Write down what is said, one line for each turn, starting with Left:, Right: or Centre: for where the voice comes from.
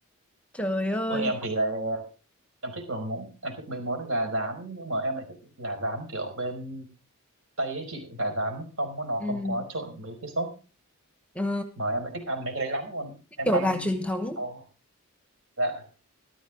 Centre: trời ơi
Right: ôi em thì lại em thích đồ món em thích mấy món gà rán nhưng mà em lại thích gà rán kiểu bên Tây ấy chị gà rán không có- nó
Centre: ừ.
Right: không có trộn mấy cái sốt
Centre: ờ,
Right: mà em lại thích ăn mấy cái đấy lắm luôn
Centre: cái
Right: em
Centre: kiểu
Right: ăn
Centre: gà truyền thống
Right: Ồ, dạ